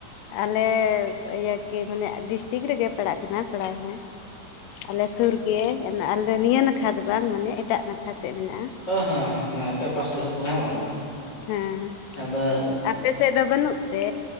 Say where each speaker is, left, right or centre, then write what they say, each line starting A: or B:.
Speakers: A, on the left (about 80°); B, on the left (about 25°).
A: ᱟᱞᱮ ᱤᱭᱟᱹ ᱠᱤ ᱢᱟᱱᱮ ᱰᱤᱥᱴᱤᱠ ᱨᱮᱜᱮ ᱯᱟᱲᱟᱜ ᱠᱟᱱᱟ ᱯᱟᱲᱟᱣ ᱦᱚᱸ ᱟᱞᱮ ᱥᱩᱨ ᱜᱮ ᱟᱞᱮ ᱱᱤᱭᱟᱹ ᱱᱟᱠᱷᱟ ᱫᱚ ᱵᱟᱝ ᱢᱟᱱᱮ ᱮᱴᱟᱜ ᱱᱟᱠᱷᱟ ᱥᱮᱫ ᱢᱮᱱᱟᱜ-ᱟ
B: ᱦᱮᱸ ᱦᱮᱸ ᱦᱮᱸ ᱟᱯᱮ ᱯᱟᱸᱥᱴᱟ ᱥᱮᱫ ᱠᱷᱚᱱ ᱦᱮᱸ ᱵᱟᱝ
A: ᱦᱮᱸ
B: ᱟᱫᱚ
A: ᱟᱯᱮ ᱥᱮᱫ ᱫᱚ ᱵᱟᱹᱱᱩᱜ ᱛᱮ